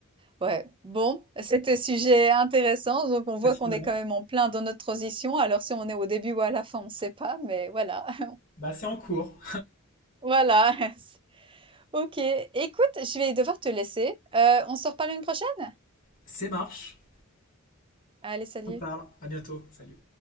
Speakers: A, on the right; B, on the left.
A: Ouais, bon, c'était un sujet intéressant. Donc, on voit
B: Bah, sinon,
A: qu'on est quand même en plein dans notre transition. Alors, si on est au début ou à la fin, on ne sait pas, mais voilà. <laughs>
B: bah, c'est en cours.
A: Voilà. <laughs> Ok, écoute, je vais devoir te laisser. Euh, on se reparle une prochaine?
B: C'est marche.
A: Allez, salut.
B: On parle. À bientôt. Salut.